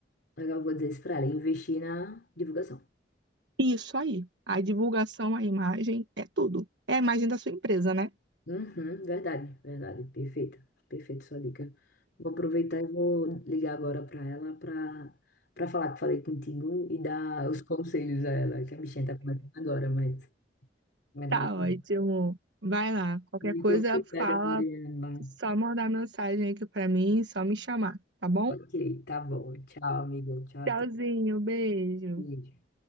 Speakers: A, on the left (about 65°); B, on the right (about 70°).
A: eu vou dizer isso pra ela, investir na divulgação.
B: Isso aí, a divulgação, a imagem é tudo. É a imagem da sua empresa, né?
A: Uhum, verdade, verdade, perfeita, perfeita sua dica. Vou aproveitar e vou ligar agora para ela para para falar que falei contigo e dar os conselhos a ela, que a bichinha tá começando agora, mas maravilha.
B: Tá ótimo. Vai lá, qualquer
A: Muito
B: coisa
A: obrigada,
B: fala
A: Mariana.
B: Só mandar mensagem aqui pra mim, só me chamar, tá bom?
A: Ok, tá bom. Tchau, amigo. Tchau, até.
B: Tchauzinho, beijo.
A: Beijo.